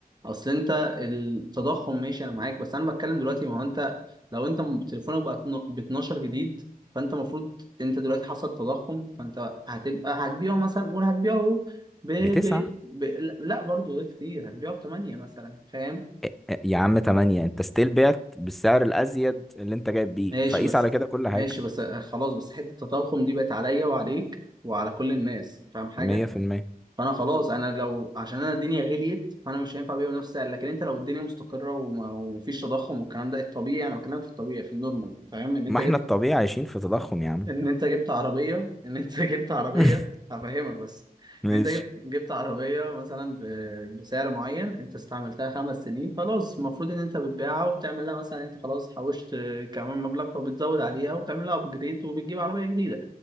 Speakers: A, on the right; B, in the centre.
A: اصل انت التضخم ماشي انا معاك بس انا بتكلم دلوقتي ما هو انت لو انت م- تليفونك بقى ب 12 جديد فانت المفروض انت دلوقتي حصل تضخم فانت هتبقى هتبيعه مثلا قول هتبيعه ب... ب...
B: بتسعة
A: ب... لا برضو ده كتير هتبيعه ب 8 مثلا فاهم
B: إيه- إيه، يا عم تمانية انت ستيل بعت بالسعر الازيد اللي انت جايب بيه
A: ماشي
B: فقيس
A: بس
B: على كده كل حاجه
A: ماشي بس آه، خلاص بس حتة التضخم دي بقت عليا وعليك وعلى كل الناس فاهم حاجة
B: 100%
A: فأنا خلاص أنا لو عشان أنا الدنيا غليت فأنا مش هينفع أبيع بنفس السعر لكن أنت لو الدنيا مستقرة وما- ومفيش تضخم والكلام ده الطبيعي أنا بكلمك في الطبيعي في النورمال فاهم إن أنت
B: ما
A: جبت
B: احنا الطبيعي عايشين في تضخم يا عم
A: ان انت جبت عربيه ان انت <laughs> جبت عربيه
B: <laughs>
A: هفهمك بس
B: ماشي
A: ان انت جبت جبت عربيه مثلا ب- بسعر معين انت استعملتها خمس سنين خلاص المفروض ان انت بتبيعها وبتعمل لها مثلا انت خلاص حوشت كمان مبلغ فبتزود عليها وبتعمل لها ابجريد وبتجيب عربيه جديده